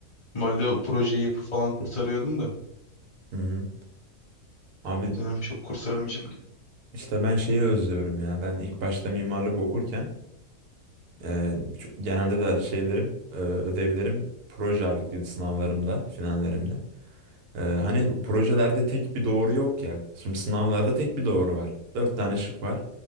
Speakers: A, on the left; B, on the right.
A: Normalde o projeyi yapıp falan kurtarıyordum da
B: Hı hı. Abi
A: Bu dönem çok kurtaramayacağım gibi.
B: işte ben şeyi özlüyorum ya. Ben ilk başta mimarlık okurken Ee, ç- genelde de şeylerim, e, ödevlerim proje ağırlıklıydı sınavlarımda, finallerimde. Ee, hani projelerde tek bir doğru yok ya. Şimdi sınavlarda tek bir doğru var. Dört tane şık var.